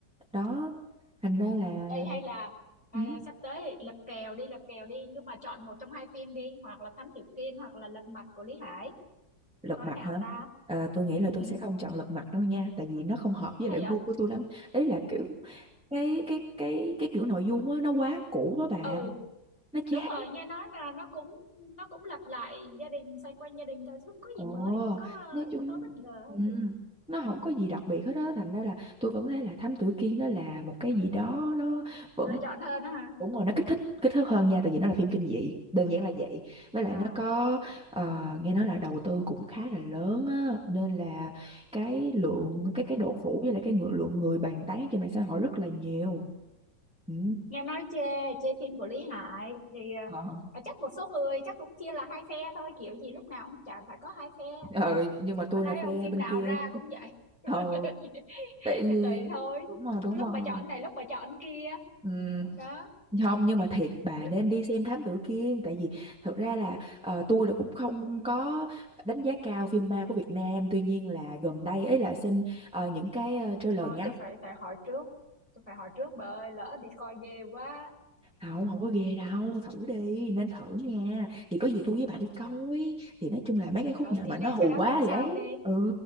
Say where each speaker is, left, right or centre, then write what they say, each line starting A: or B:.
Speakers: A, in the centre; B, on the left.
A: đó thành ra là
B: Ê, hay là à,
A: ừ.
B: sắp tới thì Lật Kèo đi Lật Kèo đi nhưng mà chọn một trong hai phim đi hoặc là Thám Tử Kiên hoặc là Lật Mặt của Lý Hải
A: Lật
B: coi
A: mặt
B: nào
A: hả?
B: ta
A: À, tôi nghĩ là
B: ừ,
A: tôi sẽ không chọn lật mặt đâu nha tại vì nó không hợp với
B: sao
A: lại
B: vậy
A: gu của tôi lắm ý là kiểu cái cái cái cái kiểu nội dung á nó quá cũ á bạn
B: ừ
A: nó chát
B: đúng rồi nghe nói là nó cũng nó cũng lặp lại gia đình xoay quanh gia đình thôi chứ không có
A: ồ
B: gì mới không có
A: nói
B: ờ,
A: chung
B: yếu tố bất ngờ
A: ừ,
B: hay gì
A: nó không có gì đặc biệt hết á thành ra là tôi vẫn thấy là Thám Tử Kiên nó là một cái gì đó nó vẫn
B: lựa chọn hơn đó hả
A: đúng rồi nó kích thích kích thước hơn nha tại vì nó là phim kinh dị đơn
B: ừ.
A: giản là vậy với lại
B: à
A: nó có ờ, nghe nói là đầu tư cũng khá là lớn á nên là cái lượng cái cái độ phủ với lại cái ngự- lượng người bàn tán trên mạng xã hội rất là nhiều ừ.
B: nghe nói chê chê phim của Lý Hải thì
A: Ờ.
B: ờ, chắc một số người chắc cũng chia là hai phe thôi kiểu gì lúc nào cũng chả phải có hai phe đúng
A: Ờ,
B: không
A: nhưng mà tôi
B: mà thấy
A: là phe
B: không phim
A: bên
B: nào
A: kia
B: ra cũng vậy
A: ờ
B: <laughs>
A: tại
B: thì
A: vì
B: tùy thôi
A: đúng rồi đúng
B: lúc
A: rồi
B: bà chọn này lúc bà chọn kia
A: Ừm,
B: đó
A: không nhưng mà thiệt bà
B: R-
A: nên đi xem Thám Tử Kiên tại vì thật ra là ờ, tôi là cũng không có đánh giá cao phim ma của Việt Nam tuy nhiên là gần đây ấy là xem ờ, những cái ờ, trailer
B: thôi
A: ngắn
B: tôi phải phải hỏi trước tôi phải hỏi trước bà ơi lỡ đi coi ghê quá
A: À, không không có ghê đâu thử đi nên thử nha thì có gì tôi với bà đi coi
B: à
A: thì nói chung là mấy cái khúc
B: ừ
A: nào
B: thì
A: mà
B: đây
A: nó hù
B: cái đó
A: quá
B: tính
A: thì
B: sau
A: ấy
B: đi
A: ừ